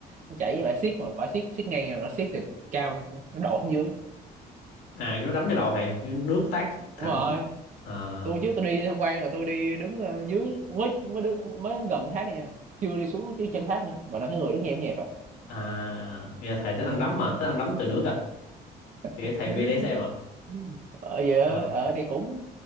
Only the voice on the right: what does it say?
nó chảy với bãi xiết mà bãi xiết xiết ngang rồi nó xiết từ cao nó đổ xuống dưới
Ồ.
đúng rồi
tôi trước tôi đi tham quan là tôi đi đứng ờ, dưới mới mới đứng, mới gần thác thôi nha chưa đi xuống chứ chân thác nữa mà là cái người rất nhẹp nhẹp à
ừ.
<laughs>
ờ giờ
ờ, thì cũng